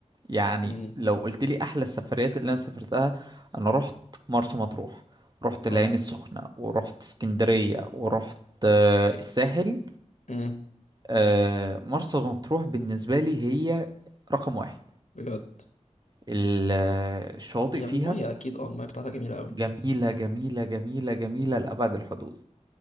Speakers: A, on the right; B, on the left.
A: يعني
B: امم
A: لو قلت لي احلى السفريات اللي انا سافرتها انا رحت مرسى مطروح رحت
B: اه
A: العين السخنة ورحت اسكندرية ورحت آه، الساحل
B: امم
A: آه، مرسى مطروح بالنسبة لي هي رقم واحد
B: بجد
A: ال- آه، الشواطئ
B: هي
A: فيها
B: المية أكيد اه المية بتاعتها جميلة أوي
A: جميلة جميلة جميلة جميلة لأبعد الحدود